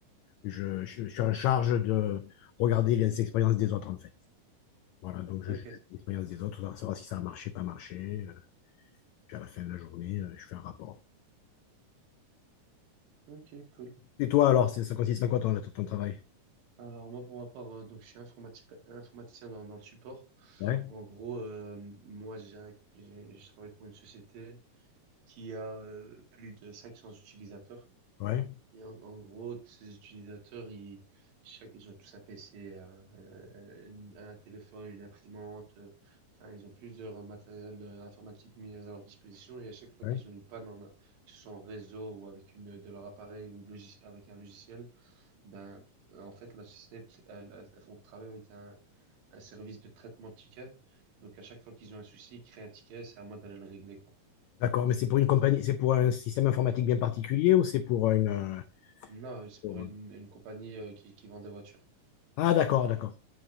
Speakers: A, on the left; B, on the right.
A: je, je je suis en charge de regarder les expériences des autres, en fait. Voilà, donc
B: ok,
A: je juge l'expérience des autres, pour savoir si ça a marché, pas marché. Euh, Puis à la fin de la journée, euh, je fais un rapport.
B: ok, cool.
A: Et toi, alors, c'est- ça consiste en quoi ton, ton travail?
B: Alors moi, pour ma part, euh, donc je suis informati- informaticien dans, dans le support.
A: Ouais,
B: En gros, euh, moi, j'ai, j'ai- je travaille pour une société qui a euh, plus de 500 utilisateurs.
A: ouais,
B: Et en, en gros, tous ces utilisateurs, ils, chaque, ils ont tous un PC, un, un- un téléphone, une imprimante. euh, Enfin, ils ont plusieurs matériels euh, informatiques mis à leur disposition. Et à chaque fois
A: ouais.
B: qu'ils ont une panne, en que ce soit en réseau ou avec une, de leur appareil ou logis- avec un logiciel, ben, en fait, la société, elle, crée- elle, elle- elle- on travaille avec un, un service de traitement de tickets. Donc, à chaque fois qu'ils ont un souci, ils créent un ticket. C'est à moi d'aller le régler, quoi.
A: D'accord, mais c'est pour une compagnie, c'est pour un système informatique bien particulier ou c'est pour une. euh,
B: Non, c'est
A: pour-
B: pour une, une compagnie, euh, qui, qui vend des voitures.
A: Ah, d'accord, d'accord,